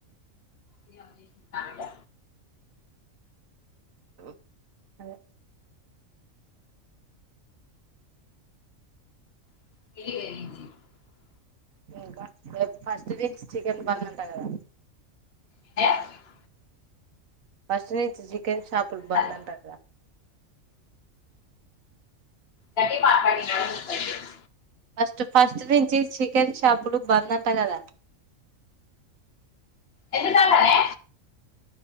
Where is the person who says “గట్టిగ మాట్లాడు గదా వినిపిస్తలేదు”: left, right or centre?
Left